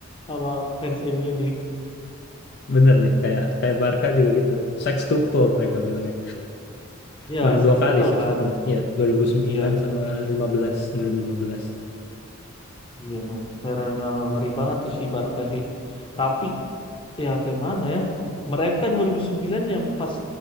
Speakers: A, on the left (about 25°); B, on the left (about 50°).
A: sama fans MU nih.
B: bener nih, kayak kayak Barca juga gitu. Sextuple mereka bilang ya.
A: Ya,
B: Mana
A: sextuple
B: dua kali sextuple?
A: kan.
B: Iya, dua ribu sembilan
A: Ya dua
B: sama
A: ribu.
B: lima belas dua ribu lima belas
A: Iya tuh. Eranya ngeri banget tuh si Barca sih. Tapi ya kayak mana ya? Ke- Mereka 2009 yang pas